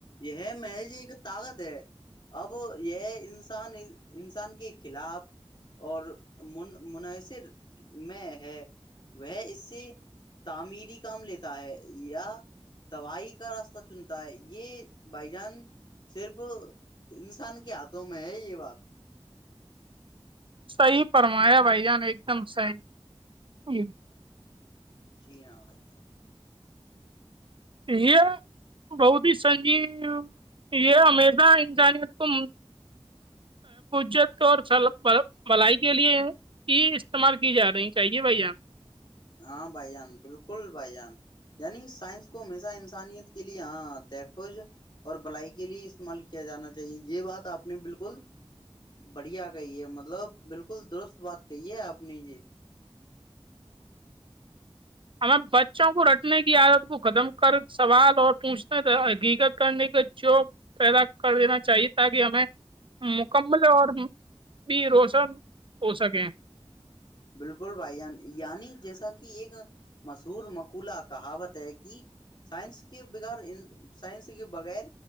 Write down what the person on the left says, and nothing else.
یہ محض ایک طاقت ہے اب یہ انسان انسان کے خلاف اورن منحصر میں ہے وہ اس سے تعمیری کام لیتا ہے یا توائی کا راستہ چنتا ہے یہ بائی جان صرف انسان کے ہاتھوں میں ہے یہ بات
جی ہاں بھائی جان
ہاں بھائی جان بالکل بھائی جان یعنی سائنس کو ہمیشہ انسانیت کے لیے ہاں تحفظ اور بلائی کے لیے استعمال کیا جانا چاہیے یہ بات آپ نے بالکل بڑھیا کہی ہے مطلب بالکل درست بات کہی ہے آپ نے یہ
بالکل بھائی جان یعنی جیسا کہ ایک مشہور مقولہ کہاوت ہے کہ سائنس کے بغیر سائنس کے بغیر